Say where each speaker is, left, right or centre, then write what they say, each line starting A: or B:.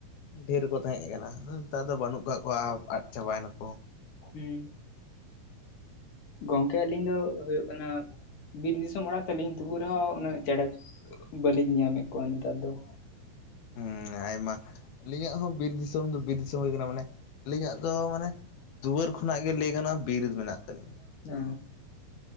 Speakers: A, on the left; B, on the left.
A: ᱰᱷᱮᱨ ᱠᱚ ᱛᱟᱦᱮᱸᱫ ᱠᱟᱱᱟ ᱱᱮᱛᱟᱨ ᱫᱚ ᱵᱟᱹᱱᱩᱜ ᱠᱟᱜ ᱠᱚᱣᱟ ᱟᱫ ᱪᱟᱵᱟᱭᱮᱱᱟ ᱠᱚ ᱾
B: ᱦᱩᱸ ᱾ ᱜᱚᱝᱠᱮ ᱟᱹᱞᱤᱧ ᱫᱚ ᱦᱩᱭᱩᱜ ᱠᱟᱱᱟ ᱵᱤᱨ ᱫᱤᱥᱚᱢ ᱚᱲᱟᱜ ᱛᱟᱞᱤᱧ ᱛᱩᱵᱩ ᱨᱮᱦᱚᱸ ᱩᱱᱟᱹᱜ ᱪᱮᱬᱮ ᱵᱟᱹᱞᱤᱧ ᱧᱟᱢᱮᱫ ᱠᱚᱣᱟ ᱱᱮᱛᱟᱨ ᱫᱚ ᱾
A: ᱦᱮᱸ ᱟᱭᱢᱟ ᱟᱹᱞᱤᱧᱟᱜ ᱦᱚᱸ ᱵᱤᱨ ᱫᱤᱥᱚᱢ ᱫᱚ ᱵᱤᱨ ᱫᱤᱥᱚᱢ ᱦᱩᱭ ᱠᱟᱱᱟ ᱢᱟᱱᱮ ᱟᱹᱞᱤᱧᱟᱜ ᱫᱚ ᱢᱟᱱᱮ ᱫᱩᱣᱟᱹᱨ ᱠᱷᱚᱱᱟᱜ ᱜᱮ ᱞᱟᱹᱭ ᱜᱟᱱᱚᱜᱼᱟ ᱵᱤᱨ ᱢᱮᱱᱟᱜ ᱛᱟᱹᱞᱤᱧᱟ ᱾
B: ᱚᱻ